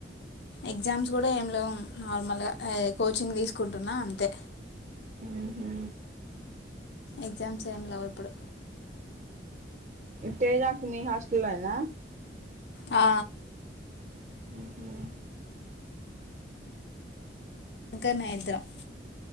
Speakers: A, on the left; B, on the right.
A: ఎగ్జామ్స్ కూడా ఏమి లేవు నార్మల్ గా ఎ కోచింగ్ తీసుకుంటున్నా అంతే
B: ఉహు
A: ఎగ్జామ్స్ ఏం లేవు ఇప్పుడు
B: తేజ అక్క మీ హాస్టలేన
A: ఆ
B: మ్మ్ హు
A: ఇక్కనే ఇద్దరం